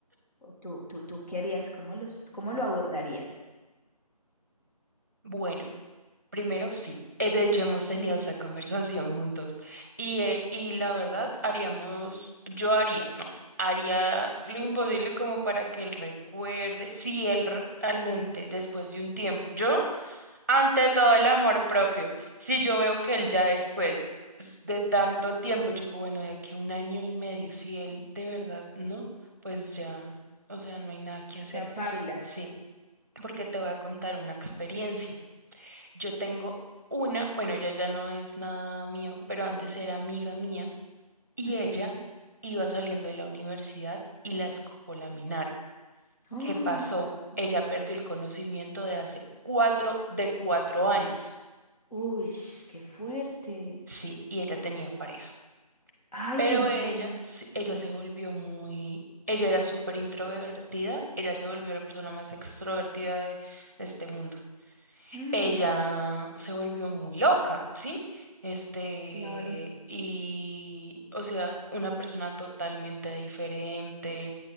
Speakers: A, on the left (about 80°); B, on the right (about 25°).
A: ¿O tú, tú, tú qué harías? ¿Cómo los, cómo lo abordarías?
B: Bueno. Primero, sí. Eh, De hecho, hemos tenido esa conversación juntos. Y, eh, y la verdad, haríamos, yo haría, no, haría lo imposible como para que él recuerde, si él re- realmente, después de un tiempo, yo, ante todo el amor propio, si yo veo que él ya después s- de tanto tiempo, yo digo, bueno, de aquí a un año y medio, si él de verdad no, pues ya, o sea, no hay nada que hacer.
A: La paila.
B: Sí, porque te voy a contar una experiencia. Yo tengo una, bueno, ella ya no es nada mío, pero antes era amiga mía y
A: Ujú.
B: ella iba saliendo de la universidad y la escopolaminaron.
A: ¡Ah!
B: ¿Qué pasó?
A: Dios.
B: Ella perdió el conocimiento de hace cuatro, de cuatro años.
A: Uy, qué fuerte.
B: Sí, y ella tenía pareja.
A: Ay,
B: Pero
A: entonces.
B: ella, se- ella se volvió muy, ella era súper introvertida, ella se volvió la persona más extrovertida de de este mundo.
A: <gasps> Mm,
B: ella se volvió muy loca, ¿sí? Este,
A: claro.
B: y, o sea, una persona totalmente diferente,